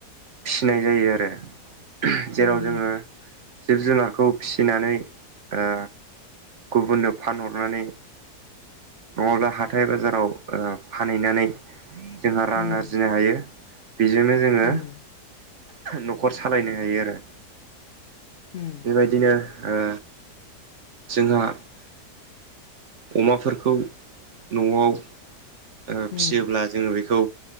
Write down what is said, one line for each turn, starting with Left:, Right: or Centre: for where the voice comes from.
Right: फिनाय जायो आरो जेराव
Left: उम
Right: जोङो जिब जुनारखौ फिसिनानै ओ गुबुननो फानहरनानै नङाब्ला हाथाय बाजाराव फानहैनानै जोंहा रां
Left: उम
Right: आरजिनो हायो बेजोंनो जोङो
Left: उम
Right: न'खर सालायनो हायो आरो
Left: उम
Right: बेबायदिनो ओ जोंहा अमाफोरखौ न'आव ओ
Left: उम
Right: फियोब्ला जोङो बेखौ